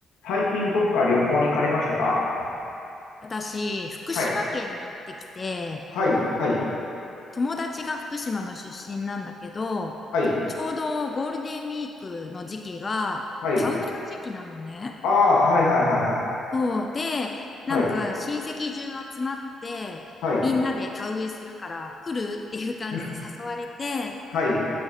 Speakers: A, on the left; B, on the left.
A: 最近どっか旅行に行かれましたか
B: 私、福島県に行ってきて、
A: はい。はい。はい。
B: 友達が福島の出身なんだけど、
A: はい。
B: ちょうどゴールデンウィークの時期が田植えの時期なのね。
A: はい。ああ、はいはいはいは
B: そう。で、なんか親戚中集まって、
A: い。はい。はい。
B: みんなで田植えするから来るっていう感じで誘われて、
A: <laughs> はい。